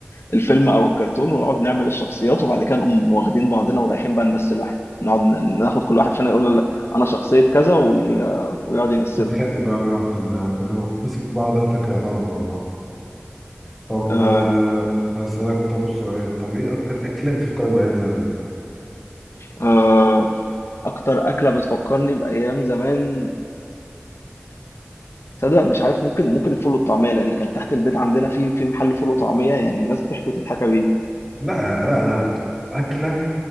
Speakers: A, on the left (about 70°); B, in the centre.
A: الفيلم او الكرتون ونقعد نعمل الشخصيات وبعد كده نقوم واخدين بعضنا ورايحين بقى نمثل واحد نقعد ن- ناخد كل واحد فينا يقول له لا انا شخصيه كذا وي... ويقعد يمثله
B: بتخيل بقى كنا كنا نمسك من بعض هتك يا ضرب والله طب
A: آه...
B: آه، هسألك طب سؤال طب ايه اكتر اكله بتفكرك بايام زمان
A: آه... اكتر اكله بتفكرني بايام زمان تصدق مش عارف ممكن ممكن الفول والطعميه لان كان تحت البيت عندنا في في محل فول وطعميه يعني الناس بتحكي وتضحك بيه
B: لا لا لا لا. اكله